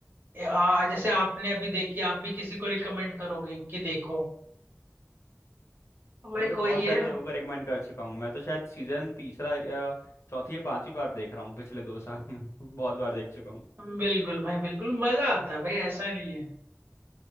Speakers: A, on the right; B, on the left.
A: ए, आ, जैसे आपने अभी देखी आप भी किसी को रिकमेंड करोगे कि देखो लाइक
B: मैं तो बहुत
A: वही है
B: सारे लोगों को रिकमेंड कर चुका हूँ मैं तो शायद सीजन तीसरा या चौथी या पांचवी बार देख रहा हूँ पिछले दो साल में <laughs> बहुत बार देख चुका हूँ
A: बिल्कुल भाई बिल्कुल मजा आता है भाई ऐसा नहीं है